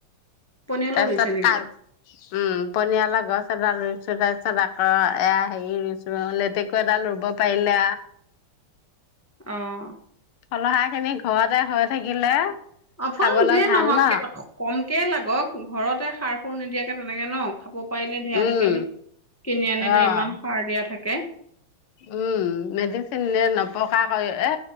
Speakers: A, on the left (about 20°); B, on the left (about 80°).
A: পনিয়লো
B: তাৰপিছত
A: ৰুইছে নেকি
B: কাজ উম পনিয়ালৰ গছ এডাল ৰুইছো তাৰপিছত আকৌ এয়া হেৰি ৰুইছো লেতেকু এডাল ৰুব পাৰিলে
A: অহ
B: সলহাই খিনি ঘৰতে হৈ থাকিলে
A: ফল
B: খাবলৈ
A: যিয়ে
B: ভাল
A: নহওক
B: ন?
A: কম কেলে গক ঘৰতে সাৰ সুৰ নিদিয়াকৈ তেনেক ন খাব পাৰিলে ধেৰ আজিকালি
B: উম,
A: কিনি আনিলে
B: অ',
A: ইমান সাৰ দিয়া থাকে কে
B: উম মেডিচিন নে নপকাকৈ এ